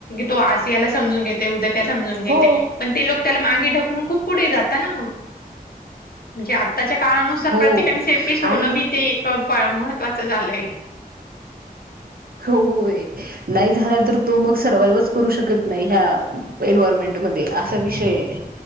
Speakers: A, on the left; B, on the right.
A: तो आज याला समजून घेते उद्या समजून घेते
B: हो
A: पण ते लोक त्याला मागे ढकलून खूप पुढे जाता ना मग म्हणजे आत्ता त्याच्या काळनुसार
B: हो
A: प्रत्येकाने सेल्फीश होणं
B: आणि
A: बी ते एक महत्त्वाचं झालंय
B: होय नाही झाला तर तो मग सर्वाइव्हच करू शकत नाही ह्या एन्वयरमेंट मध्ये असा विषय